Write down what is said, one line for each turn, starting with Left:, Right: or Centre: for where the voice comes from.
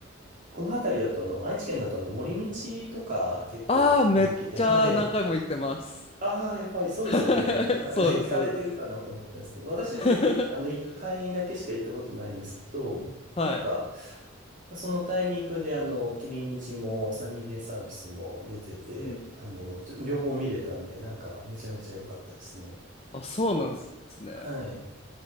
Right: この辺りだとあの、愛知県だとあの、森道とか結構人気で、
Left: ああ、めっちゃ何回も言ってます。
Right: はい。ああ、やっぱりそうですよね。
Left: <laughs>
Right: 行か、
Left: そうです、
Right: <laughs> 行かれてるかなと思ったんですけど、
Left: そうです。
Right: 私全然、
Left: <laughs>
Right: あの、一回だけしか行ったことないんですけど、
Left: はい。
Right: なんか、そのタイミングで、あの、キリンジもサニーデイサービスも出てて、
Left: うん。
Right: あの、ちょ両方見れたんで、なんか、めちゃめちゃ良かったですね。
Left: あ、そうなんですね。
Right: はい。